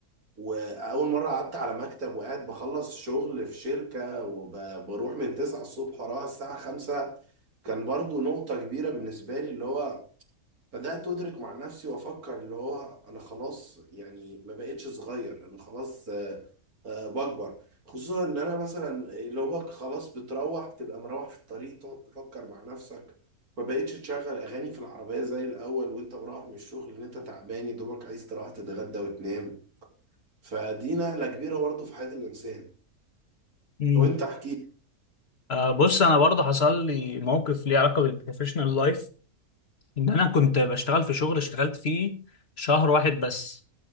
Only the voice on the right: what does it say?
واول مره قعدت على مكتب وقاعد بخلص شغل في شركه وبروح من 9 الصبح وراها الساعه 5 كان برضو نقطة كبيرة بالنسبة لي اللي هو بدأت أدرك مع نفسي وأفكر اللي هو أنا خلاص يعني ما بقتش صغير أنا خلاص آه، آه، بكبر خصوصا إن أنا مثلا اللي هو خلاص بتروح تبقى مروح في الطريق تقعد تفكر مع نفسك ما بقتش تشغل أغاني في العربية زي الأول وأنت مروح من الشغل إن أنت تعبان يا دوبك عايز تروح تتغدى وتنام فدي نقلة كبيرة برضه في حياة الإنسان
وأنت احكي